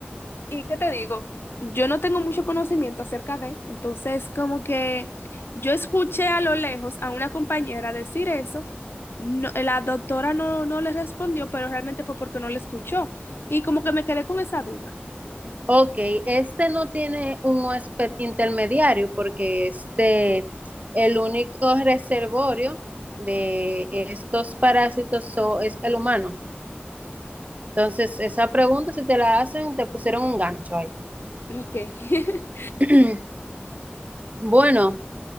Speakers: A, on the left; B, on the right.
A: y ¿qué te digo? Yo no tengo mucho conocimiento acerca de, entonces como que yo escuché a lo lejos a una compañera decir eso, no- la doctora no, no le respondió, pero realmente fue porque no le escuchó y como que me quedé con esa duda.
B: Ok, este no tiene un huésped intermediario porque este, el único reservorio de estos parásitos so- es el humano. Entonces, esa pregunta, si te la hacen, te pusieron un gancho ahí.
A: Ok. <laughs>
B: <clears throat> Bueno,